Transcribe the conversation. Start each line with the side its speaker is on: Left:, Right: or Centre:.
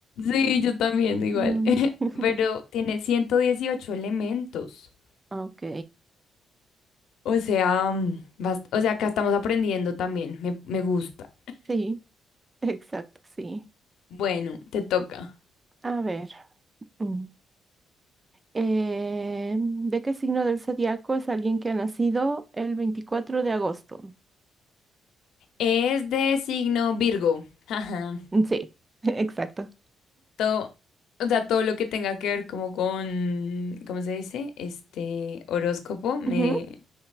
Left: Sí, yo también, igual.
Right: Mm.
Left: <laughs>
Right: <laughs>
Left: Pero tiene 118 elementos.
Right: Ok,
Left: O sea, mm, bast- o sea, acá estamos aprendiendo también. Me, me gusta.
Right: sí, exacto, sí.
Left: Bueno, te toca.
Right: A ver, mm, eh, ¿de qué signo del zodiaco es alguien que ha nacido el 24 de agosto?
Left: Es de signo Virgo. <laughs> Ajá.
Right: Mm, Sí, <laughs> exacto.
Left: Todo, o sea, todo lo que tenga que ver como con, ¿cómo se dice? Este horóscopo, me
Right: Ujú.